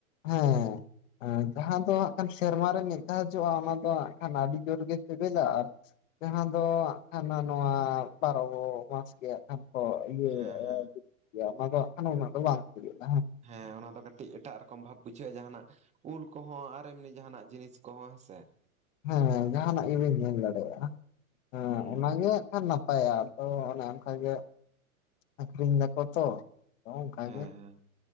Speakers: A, on the left; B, on the right.
A: ᱦᱮᱸ ᱦᱮᱸ᱾ ᱡᱟᱸᱦᱟ ᱫᱚ ᱦᱟᱸᱜ ᱠᱷᱟᱱ ᱥᱮᱨᱢᱟ ᱨᱮ ᱢᱮᱜ ᱫᱷᱟᱣ ᱡᱚᱜ-ᱟ ᱚᱱᱟ ᱫᱚ ᱦᱟᱸᱜ ᱠᱷᱟᱱ ᱟᱰᱤ ᱡᱳᱨ ᱜᱮ ᱥᱮᱵᱮᱞᱟ ᱟᱨ᱾ ᱡᱟᱸᱦᱟ ᱫᱚ᱾ ᱦᱟᱱᱟ ᱱᱚᱣᱟ ᱵᱟᱨᱚ ᱢᱟᱥ ᱜᱮ ᱟᱸᱜ ᱠᱷᱟᱱ ᱠᱚ ᱤᱭᱟᱹ ᱮᱸ᱾
B: ᱦᱮᱸ
A: <unintelligible>
B: ᱦᱮᱸ
A: ᱡᱮ ᱚᱱᱟ ᱫᱚ ᱟᱜ ᱠᱷᱟᱱ ᱩᱱᱟᱹᱜ ᱫᱚ ᱵᱟᱝ᱾ <unintelligible>
B: ᱦᱮᱸ ᱚᱱᱟ ᱫᱚ ᱠᱟᱴᱤᱡ ᱮᱴᱟᱜ ᱨᱚᱠᱚᱢ ᱵᱷᱟᱵ ᱵᱩᱡᱷᱟᱹᱜ-ᱟ ᱡᱟᱦᱟᱱᱟᱜ᱾ ᱩᱞ ᱠᱚᱦᱚᱸ ᱟᱨ ᱮᱢᱱᱤ ᱡᱟᱦᱟᱱᱟᱜ ᱡᱤᱱᱤᱥ ᱠᱚᱦᱚᱸ ᱦᱮᱸᱥᱮ᱾
A: ᱦᱮᱸ ᱦᱮᱸ ᱡᱟᱦᱟᱱᱟᱜ ᱜᱮᱵᱤᱱ ᱧᱮᱞ ᱫᱟᱲᱮᱜ-ᱟ ᱦᱮᱸ
B: ᱦᱩᱸ
A: ᱚᱱᱟᱜᱮ᱾
B: ᱦᱩᱸ
A: ᱠᱷᱟᱱ ᱱᱟᱯᱟᱭᱚᱜ-ᱟ ᱟᱫᱚ ᱚᱱᱮ ᱚᱝᱠᱟ ᱜᱮ ᱟᱠᱷᱨᱤᱧ ᱫᱟᱠᱚ ᱛᱚ᱾ ᱚᱸᱜ-ᱚᱝᱠᱟ
B: ᱦᱮᱸ
A: ᱜᱮ
B: ᱦᱮᱸ